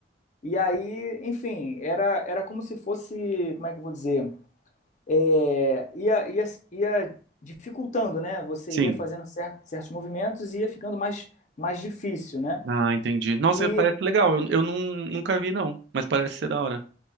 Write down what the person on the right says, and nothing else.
sim.
Ah, entendi. Nossa,
parece legal. Eu, eu nun- nunca vi, não. Mas parece ser da hora.